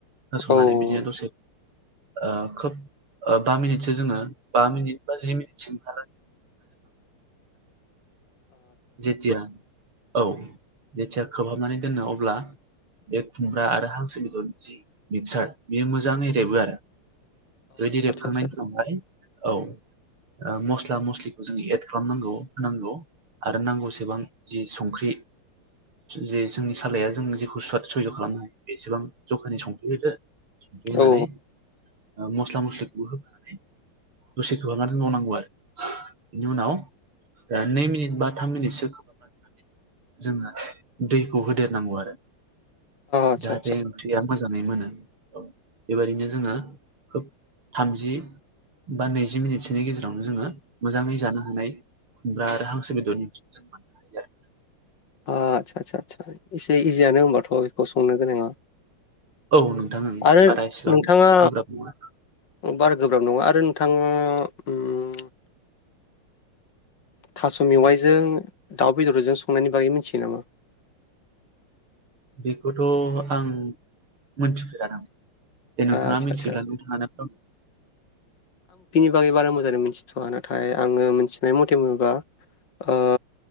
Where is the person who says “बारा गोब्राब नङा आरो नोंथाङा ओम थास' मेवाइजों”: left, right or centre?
Left